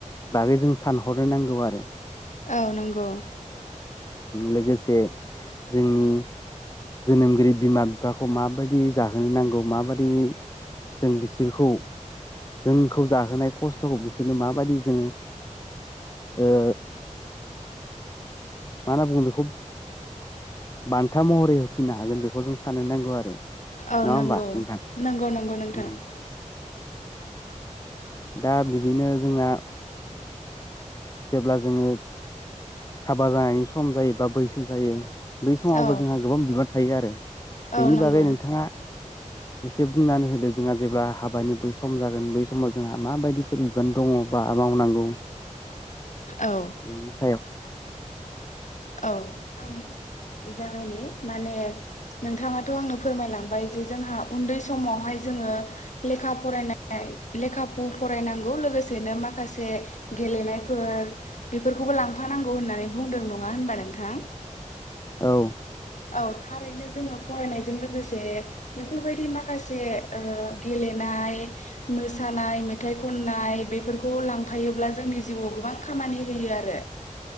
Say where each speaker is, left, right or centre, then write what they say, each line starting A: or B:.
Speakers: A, on the left; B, on the left.
A: बागै जों सानहरनो नांगौ आरो
B: औ नंगौ
A: लोगोसे जोंनि जोनोमगिरि बिमा बिफाखौ माबायदि जाहोनो नांगौ माबायदि जों बिसोरखौ जोंखौ जाहोनाय खस्थ'खौ बिसोरनो माबाददि जोङो ओ मा होनना बुङो बेखौ बान्था महरै होफिननो हागोन बेखौ जों साननो नांगौ आरो
B: औ
A: नङा
B: नंगौ
A: होमबा नोंथां
B: नंगौ नंगौ नोंथां
A: उम दा बिदिनो जोंहा जेब्ला जोङो हाबा जानायनि सम जायो बा बैसो जायो बै समावबो
B: औ
A: जोंहा गोबां बिबान थायो आरो
B: औ
A: बेनि
B: नंगौ
A: बागै नोंथाङा एसे बुंनानै होदो जोंहा जेब्ला हाबानि बै सम जागोन बै समाव जोंहा माबायदिफोर बिबान दङ बा मावनांगौ
B: औ
A: बेनि सायाव
B: औ आं जागायनि माने नोंथाङाथ' आंनो फोरमायलांबाय जे जोंहा उन्दै समावहाय जोङो लेखा फरायनाय लेखा फ फरायनांगौ लोगोसेनो माखासे गेलेनायफोर बेफोरखौबो लांफानांगौ होननानै बुंदों नङा होनबा नोंथां
A: औ
B: औ थारैनो जोङो फरायनायजों लोगोसे बेफोरबायदि माखासे ओ गेलेनाय मोसानाय मेथाइ खननाय बेफोरखौ लांफायोब्ला जोंनि जिउआव गोबां खामानि होयो आरो